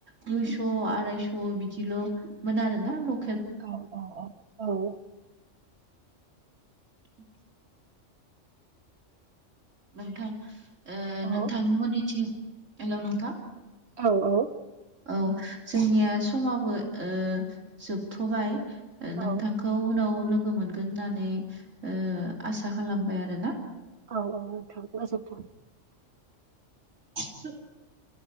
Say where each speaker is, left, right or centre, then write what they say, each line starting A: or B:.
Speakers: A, on the right; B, on the right.
A: दुइस' आरायस' बिदिल'मोन आरोना म
B: औ औ औ औ
A: <inaudible> नोंथां ओ नोंथांनिमोननिथिं
B: औ
A: हेलौ नोंथां
B: औ औ
A: औ जोंनिया समाबो ओ जोबथ'बाय ओ
B: औ
A: नोंथांखौ उनाव लो गो मोनगोन होननानै ओ आसा खालामबाय आरोना
B: औ औ नोंथां गोजोनथों
A: <unintelligible>